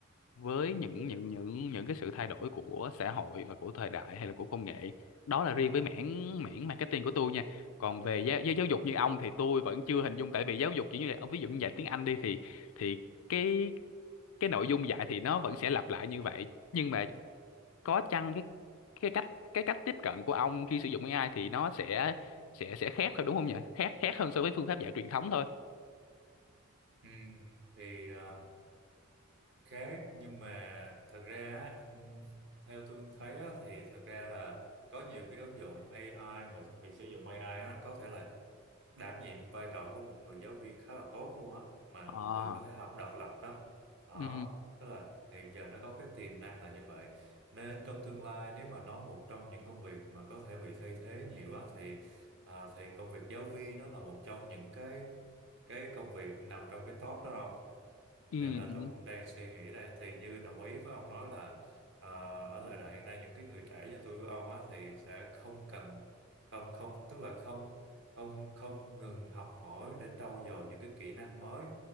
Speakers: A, on the left (about 80°); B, on the right (about 55°).
A: với những những những những cái sự thay đổi của xã hội và của thời đại hay là của công nghệ đó là riêng với mảng mảng marketing của tôi nha còn về giáo, giáo, giáo dục như ông thì tôi vẫn chưa hình dung tại vì giáo dục kiểu như là ông ví dụ như dạy tiếng Anh đi thì thì cái cái nội dung dạy thì nó vẫn sẽ lặp lại như vậy nhưng mà có chăng cái cái cách cái cách tiếp cận của ông khi sử dụng AI thì nó sẽ sẽ sẽ khác thôi đúng không nhỉ khác khác hơn so với phương pháp dạy truyền thống thôi
B: Ừ. Thì à, khác nhưng mà thật ra á, ừm, theo tôi thấy á, thì thật ra là có nhiều cái ứng dụng AI mà việc sử dụng AI á, có thể là đảm nhiệm vai trò của một người giáo viên khá là tốt luôn á mà
A: Ờ.
B: một người có thể học độc lập đó đó
A: ừ
B: tức là hiện giờ nó có cái tiềm năng là như vậy nên trong tương lai nếu mà nó một trong những công việc mà có thể bị thay thế nhiều á thì à, thì công việc giáo viên nó là một trong những cái cái công việc nằm trong cái top đó rồi
A: ừ
B: nên là
A: ừ
B: tôi cũng đang suy nghĩ đây thì như đồng ý với ông nói là ờ, ở thời đại hiện nay những cái người trẻ như tôi với ông á thì sẽ không cần không không tức là không không không ngừng học hỏi để trau dồi những cái kỹ năng mới